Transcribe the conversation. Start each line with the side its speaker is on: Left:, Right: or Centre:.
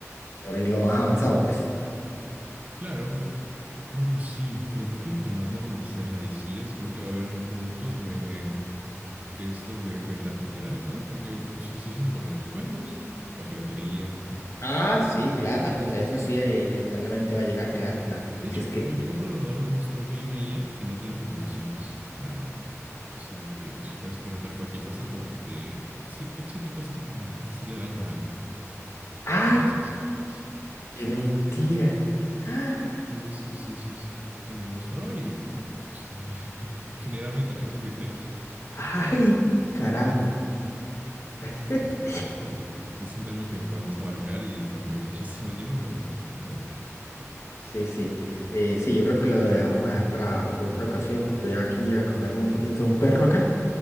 Left: por ir lo más avanzado, pues.
Right: Claro, pero bueno, sí, pero creo que entre más normalicen las ICIAs, creo que va a haber un punto de, de esto de, de gratuidad, ¿no? Porque pues, así hacen con los juegos, la piratería
Left: Ah, sí,
Right: ese
Left: claro,
Right: tipo de cosas.
Left: eso, eso sí, eh, inevitablemente va a llegar, claro, claro.
Right: De
Left: Si
Right: hecho,
Left: es que,
Right: mi amigo programador me mostró que hay una IA que no tiene regulaciones. Ah, o sea que le puedes preguntar cualquier cosa, top de, sí, top siete cosas para hacerle daño a alguien, ¿no?
Left: ah,
Right: Y te las hace, te las
Left: qué mentira. ¡Ah!
Right: Ahí es, sí, sí, sí. Y me mostró y mm, pues, está- <laughs> genérame tarjetas de crédito. <laughs>
Left: Ay,
Right: Te lo hace.
Left: carajo. <laughs>
Right: Sí, sí, pero está brutal. Es un tema que podemos abarcar y tomaría muchísimo tiempo, pero, pero
Left: Sí, sí. Eh, sí, yo creo que lo de- vamos a dejar para otra ocasión, que voy aquí a comerme un poquito de un perro acá.